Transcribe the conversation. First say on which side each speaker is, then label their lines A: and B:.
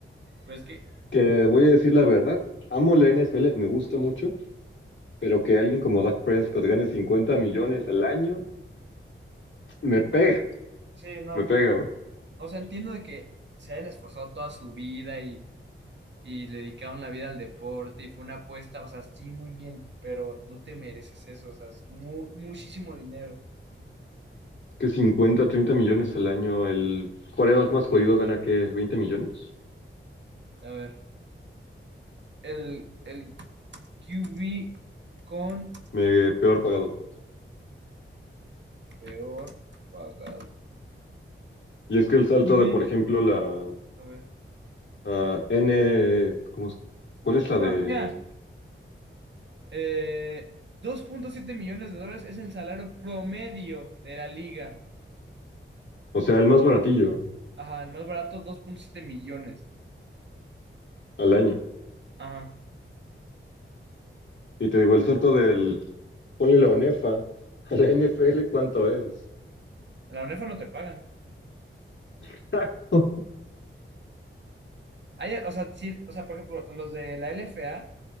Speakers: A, on the right; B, on the left.
A: pues que,
B: que voy a decir la verdad, amo la NFL, me gusta mucho, pero que alguien como Dak Prescott gane 50 millones al año, me pega,
A: eh, sí, no,
B: me pega, bro.
A: o sea, entiendo de que se hayan esforzado toda su vida y, y le dedicaron la vida al deporte y fue una apuesta, o sea, sí, muy bien, pero no te mereces eso, o sea, es mu- muchísimo dinero.
B: que 50, 30 millones al año, el quarterback más jodido gana que 20 millones,
A: A ver, el, el Q B con
B: me, peor pagado.
A: peor pagado.
B: Y es que el salto
A: Brady,
B: de, por ejemplo, la
A: a ver,
B: ah, N, ¿cómo es? ¿Cuál es la
A: no,
B: de?
A: ya, eh, dos punto siete millones de dólares es el salario promedio de la liga.
B: O sea, el más baratillo
A: Ajá, el más barato, dos punto siete millones.
B: al año.
A: Ajá.
B: Y te digo, el salto del, ponle la ONEFA a la NFL, ¿cuánto es?
A: En la UNEFA no te pagan.
B: exacto
A: Hay, o sea, sí, o sea, por ejemplo, los de la l f a